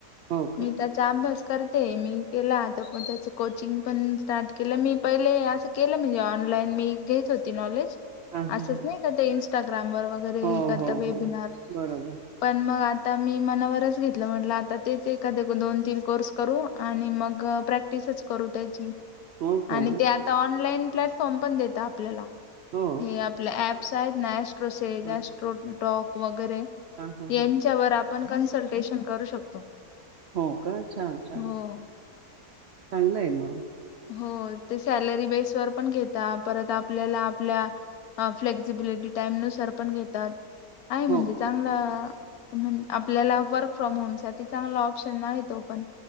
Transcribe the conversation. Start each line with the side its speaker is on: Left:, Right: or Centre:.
Right: हो का
Left: मी त्याचा अभ्यास करत मी केता त्याच कोचिंग पण स्टार्ट केलं मी पहिले असं केलं म्हणजे ऑनलाईन मी घेत होती नॉलेज
Right: हा हा
Left: असच नाही काय ते इन्स्टाग्रामवर वगैरे
Right: हो हो
Left: वेबिनार
Right: हो. बरोबर
Left: पण मग आता आता मी मनावरच घेतलं म्हटलं आता तेच एखाद दोन तीन कोर्स करू आणि मग प्रॅक्टिस तच करू त्याची
Right: हो का
Left: आणि ते आता ऑनलाईन प्लॅटफॉर्म पण देत आपल्याला
Right: हो
Left: हे आपलं अँप. <unintelligible> अँस्ट्रोसॅट
Right: हा
Left: अँस्ट्रोटाँक वगैरे
Right: हा
Left: यांच्या
Right: हा
Left: वर आप आपण कन्सल्टेशन करू शकतो.
Right: हो का, छान छान!
Left: हो
Right: चांगलं आहे मग.
Left: हो ते, सॅलरी बेस वर पण घेता परत आपल्याला आपल्या फ्लेक्सिबिलिटी टाईम नुसार पण घेतात, आहे म्हणजे
Right: हो का
Left: चांगला म्हण आपल्याला वर्क फ्रॉम होमसाठी चांगला ऑप्शन आहे तो पण.